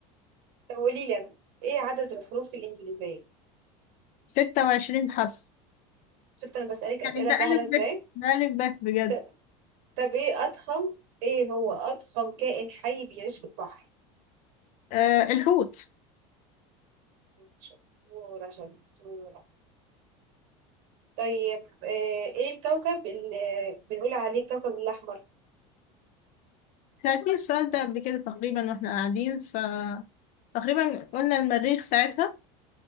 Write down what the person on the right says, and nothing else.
طب قولي لي انا ايه عدد الحروف الانجليزية
شفت انا بسألك اسئلة
سهلة
ازاي
طب طب ايه اضخم ايه هو اضخم كائن حي بيعيش في البحر
شطورة شطورة طيب آه، ايه الكوكب اللي بنقول عليه الكوكب الأحمر